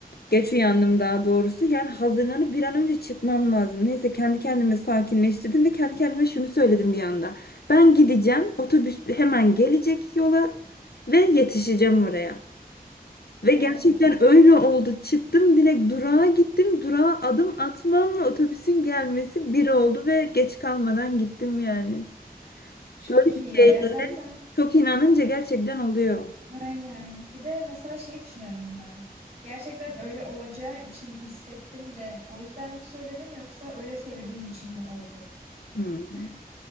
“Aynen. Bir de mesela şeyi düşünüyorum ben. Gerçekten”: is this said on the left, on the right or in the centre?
Right